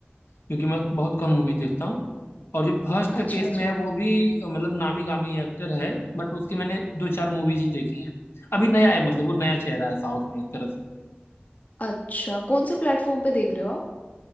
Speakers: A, on the left; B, on the left.
A: क्योंकि मैं बहुत कम मूवी देखता हूँ और जो फर्स्ट
B: अच्छा
A: केस
B: अच्छा
A: में है वो भी अ, मतलब नामी गामी एक्टर है बट उसकी मैंने दो चार मूवीज ही देखी हैं अभी नया है मतलब वो नया चेहरा है साउथ में एक तरह से
B: अच्छा कौन से प्लेटफॉर्म पे देख रहे हो